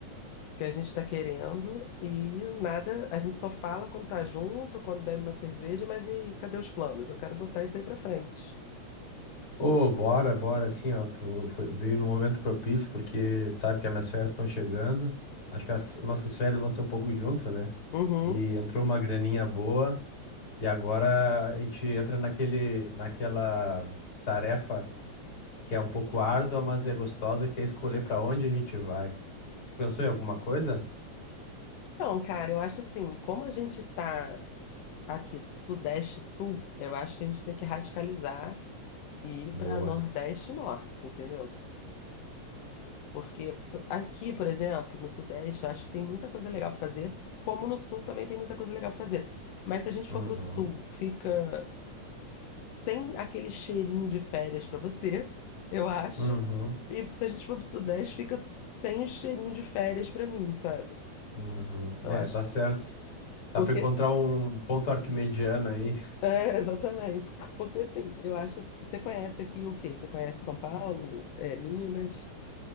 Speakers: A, on the left; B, on the left.
A: que a gente está querendo e nada, a gente só fala quando tá junto, quando bebe uma cerveja, mas e aí, cadê os planos? Eu quero botar isso aí para frente.
B: Ô, bora, bora, assim, ó. Tu foi- veio no momento propício, porque tu sabe que as minhas férias estão chegando. Acho que as nossas férias vão ser um pouco junto, né?
A: Uhum.
B: E entrou uma graninha boa, e agora a gente entra naquele, naquela tarefa que é um pouco árdua, mas é gostosa, que é escolher pra onde a gente vai. Tu pensou em alguma coisa?
A: Então, cara, eu acho assim, como a gente tá aqui sudeste-sul, eu acho que a gente tem que radicalizar e ir
B: Boa.
A: para nordeste-norte, entendeu? Porque p- aqui, por exemplo, no Sudeste, eu acho que tem muita coisa legal para fazer, como no Sul também tem muita coisa legal para fazer. Mas se a gente
B: Uhum.
A: for para o Sul, fica sem aquele cheirinho de férias para você, eu acho.
B: Uhum.
A: E se a gente for para o Sudeste, fica sem o cheirinho de férias para mim, sabe?
B: Uhum.
A: Então
B: É,
A: acho.
B: tá certo. Dá
A: Porque.
B: pra encontrar
A: <laughs>
B: um ponto arquimediano aí.
A: É, exatamente. Porque assim, eu acho. Você conhece aqui o quê? Você conhece São Paulo, é, Minas,